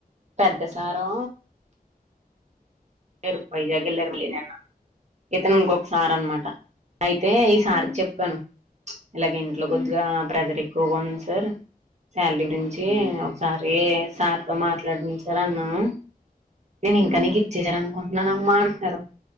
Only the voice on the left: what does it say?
ఉమ్
ఉమ్
ఉమ్
ఉమ్